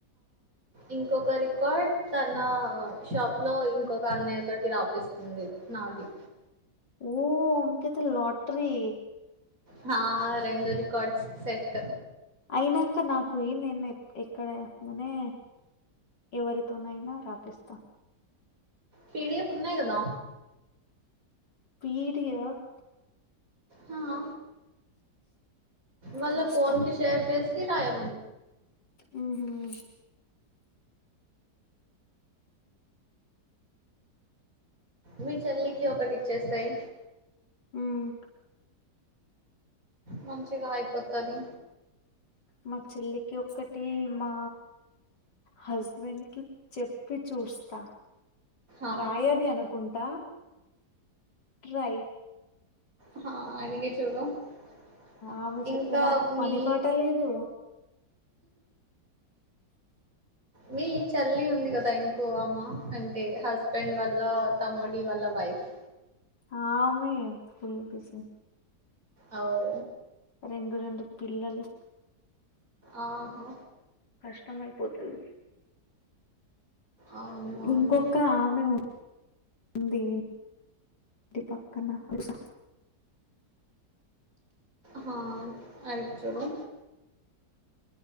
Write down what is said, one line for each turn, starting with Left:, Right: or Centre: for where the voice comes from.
Right: ఇంకొక రికార్డ్ తన షాప్ లో ఇంకొక అన్నయ్య తోటి రాపి స్తుంది నాది
Left: ఓహో అంకిత లాట్రీ
Right: హా రెండు రికార్డ్ సెట్
Left: అయినంక నాకు ఈ నేను ఇక్కడ మునే ఎవరితోనైనా రాపిస్తా
Right: పిడిఎఫ్ ఉన్నాయ్ కదా
Left: పిడిఎఫ్
Right: ఆ వాళ్ళ
Left: చూస్తా
Right: ఫోన్ కి షేర్ చేసి రాయ్
Left: ఉహూ
Right: మీ చెల్లికి ఒకటి ఇచ్చేసేయ్
Left: ఉమ్
Right: మంచిగా అయిపోతది
Left: మా చెల్లికి ఒక్కటి మా హస్బెండ్ కి చెప్పి చూస్తా
Right: ఆ
Left: రాయది అనుకుంటా ట్రై
Right: ఆ <unintelligible>
Left: ఆమె
Right: ఇంకా
Left: చెప్తే నాకు
Right: మీ
Left: పని పాట లేదు
Right: మీ చెల్లి ఉంది కదా ఇంకో ఆమె అంటే హస్బెండ్ వాళ్ళ తమ్ముడి వాళ్ళ వైఫ్ ఫ్
Left: ఆమె ఫుల్ బిజీ
Right: ఆ ఓ
Left: రెండు రెండు పిల్లలు
Right: ఆహా
Left: మొత్తం అయిపోతది
Right: అవును అవును
Left: ఇంకొక ఆమె ఉంది నీ పక్కన స
Right: హా అటు చూడు